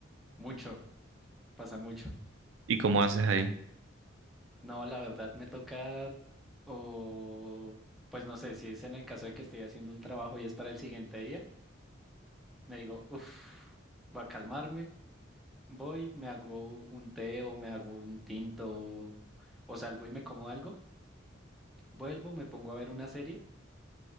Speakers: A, in the centre; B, on the right.
A: mucho, pasa mucho.
B: ¿Y cómo haces ahí?
A: No, la verdad me toca, o pues no sé, si es en el caso de que estoy haciendo un trabajo y es para el siguiente día, me digo, uff, va a calmarme, voy, me hago un té o me hago un tinto o salgo y me como algo, vuelvo, me pongo a ver una serie